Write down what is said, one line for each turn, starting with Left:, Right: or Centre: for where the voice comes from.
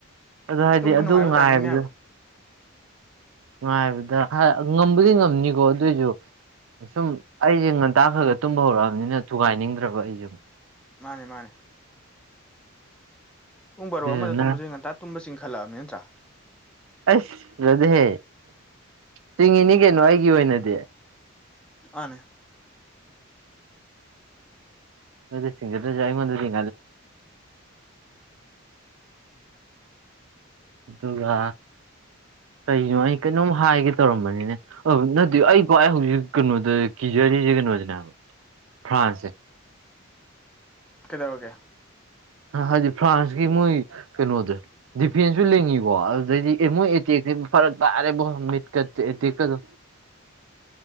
Right: ꯑꯗꯣ ꯍꯥꯏꯗꯤ
Centre: ꯇꯨꯝꯕ
Right: ꯑꯗꯨ
Centre: ꯅꯨꯡꯉꯥꯏꯕ
Right: ꯉꯥꯏꯕꯗ
Centre: ꯇꯥꯏꯃꯤꯡꯅꯦ ꯍꯥꯏꯕ
Right: ꯉꯥꯏꯕꯗ ꯉꯝꯝꯕꯗꯤ ꯉꯝꯅꯤꯀꯣ ꯑꯗꯨꯑꯣꯏꯁꯨ ꯁꯨꯝ ꯑꯩꯁꯦ ꯍꯇꯥꯥꯛꯈ꯭ꯔꯒ <unintelligible> ꯇꯨꯝꯕ ꯍꯧꯔꯛꯑꯕꯅꯤꯅ ꯊꯨꯒꯥꯏꯅꯤꯡꯗ꯭ꯔꯕ ꯑꯩꯁꯨ
Centre: ꯃꯥꯅꯦ ꯃꯥꯅꯦ ꯄꯨꯡꯕꯔꯣ
Right: ꯑꯗꯨꯗꯨꯅ
Centre: ꯑꯃꯗ ꯇꯨꯝꯕꯁꯤꯦ ꯉꯟꯇꯥ ꯇꯨꯝꯕ ꯆꯤꯡꯈꯠꯂꯛꯑꯕꯅꯤ ꯅꯠꯇ꯭ꯔꯥ
Right: ꯑꯁ ꯐꯆꯗꯤꯦ ꯆꯤꯡꯉꯤꯅꯤ ꯀꯩꯅꯣ ꯑꯩꯒꯤ ꯑꯣꯏꯅꯗꯤ
Centre: ꯃꯅꯦ
Right: ꯃꯗꯁꯤꯡꯒꯗꯖꯏ ꯃꯗ ꯍꯥꯏ ꯑꯗꯨꯒ ꯀꯩꯅꯣ ꯑꯩ ꯀꯩꯅꯣꯝ ꯍꯥꯏꯒꯦ ꯇꯧꯔꯝꯕꯅꯤꯅꯦ ꯅꯗꯤ ꯑꯩꯀ ꯍꯧꯖꯤꯛ ꯀꯩꯅꯣꯗ ꯖꯔꯅꯤꯁꯦ ꯀꯩꯅꯣꯁꯤꯅꯦꯕ ꯐ꯭ꯔꯥꯟꯁꯁꯦ
Centre: ꯀꯩꯗꯧꯒꯦ
Right: ꯍꯥꯏꯗꯤ ꯐ꯭ꯔꯥꯟꯁꯀꯤ ꯃꯣꯏ ꯀꯩꯅꯣꯗ ꯗꯤꯐꯦꯟꯁꯁꯨ ꯂꯦꯡꯉꯤꯀꯣ ꯐꯔꯛ ꯑꯔꯦ ꯃꯤꯀ ꯀꯗ